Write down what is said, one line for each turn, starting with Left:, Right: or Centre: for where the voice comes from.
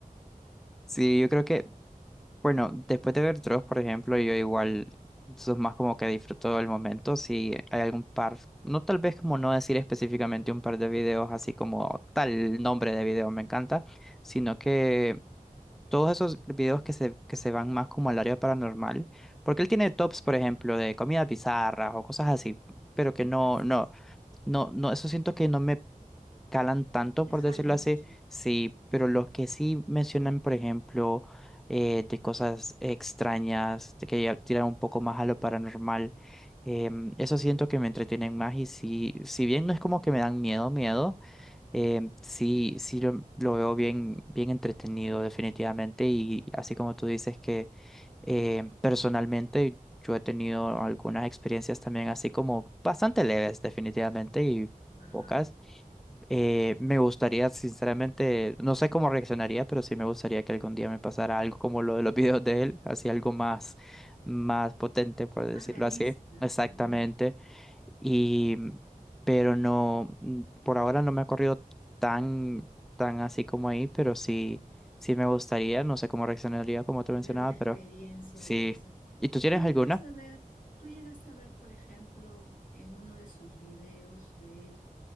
Centre: Sí, yo creo que Bueno, después de ver Dross, por ejemplo, yo igual, eso es más como que disfruto del momento. Si hay algún par, no tal vez como no decir específicamente un par de videos así como tal nombre de video me encanta, sino que todos esos videos que se, que se van más como al área paranormal, porque él tiene tops, por ejemplo, de comidas bizarras o cosas así, pero que no,
Left: Así
Centre: no,
Left: es.
Centre: no, no, eso siento que no me calan tanto,
Left: Y te
Centre: por
Left: jala
Centre: decirlo
Left: mucho.
Centre: así, sí, pero los que sí mencionan, por ejemplo, eh, de cosas extrañas, de que ya tiran un poco más a lo paranormal, em, eso siento que me entretienen más y sí, si bien no es como que me dan miedo, miedo, em, sí, sí lo, lo veo bien, bien entretenido definitivamente y así como tú dices que em, personalmente... Yo he tenido algunas experiencias también así como bastante leves definitivamente y
Left: Ajá.
Centre: pocas, eh, me gustaría, sinceramente, no sé cómo reaccionaría, pero sí me gustaría que algún día me pasara algo como lo de los videos de él, así algo más, más potente, por decirlo
Left: Más realista,
Centre: así. Exactamente.
Left: ¿no?
Centre: Y, pero no, mm, por ahora no me ha corrido tan, tan así como ahí, pero sí, sí me gustaría, no sé cómo reaccionaría, como te
Left: Tener
Centre: mencionaba,
Left: una experiencia
Centre: pero sí.
Left: de esas.
Centre: ¿Y tú tienes
Left: Tú llegaste
Centre: alguna?
Left: a ver, tú llegaste a ver, por ejemplo, en uno de sus videos de él,